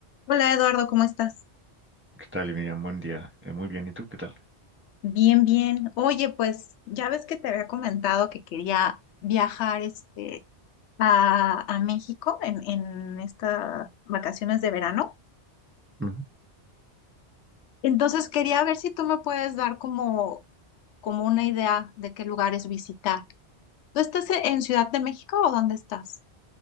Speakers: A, on the left; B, on the right.
A: Hola Eduardo, ¿cómo estás?
B: ¿Qué tal, Miriam? Buen día. Eh, muy bien, ¿y tú qué tal?
A: Bien, bien. Oye, pues ya ves que te había comentado que quería viajar este, a, a México en, en estas vacaciones de verano.
B: Ujú.
A: Entonces quería ver si tú me puedes dar como, como una idea de qué lugares visitar. ¿Tú estás e- en Ciudad de México o dónde estás?